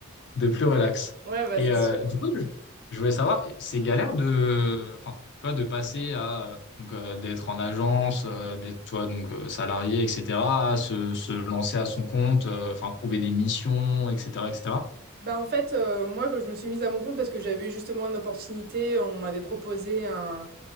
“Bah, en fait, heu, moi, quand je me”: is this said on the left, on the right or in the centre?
Right